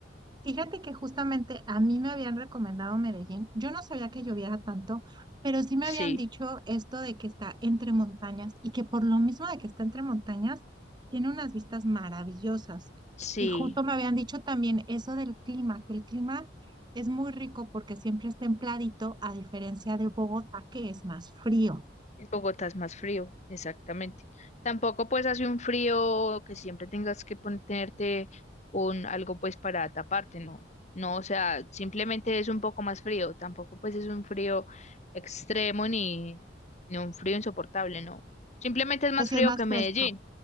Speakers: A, on the right (about 25°); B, on the left (about 40°).
A: Fíjate que justamente a mí me habían recomendado Medellín. Yo no sabía que lloviera tanto, pero sí me
B: Sí,
A: habían dicho esto de que está entre montañas y que por lo mismo de que está entre montañas, tiene unas vistas maravillosas.
B: sí.
A: Y justo me habían dicho también eso del clima, que el clima es muy rico porque siempre es templadito, a diferencia de Bogotá, que es más frío.
B: En Bogotá es más frío, exactamente. Tampoco pues hace un frío que siempre tengas que ponerte un algo pues para taparte, no. No, o sea, simplemente es un poco más frío. Tampoco pues es un frío extremo ni, ni un frío insoportable, no. Simplemente es más
A: Pues sí
B: frío
A: es más
B: que Medellín.
A: fresco.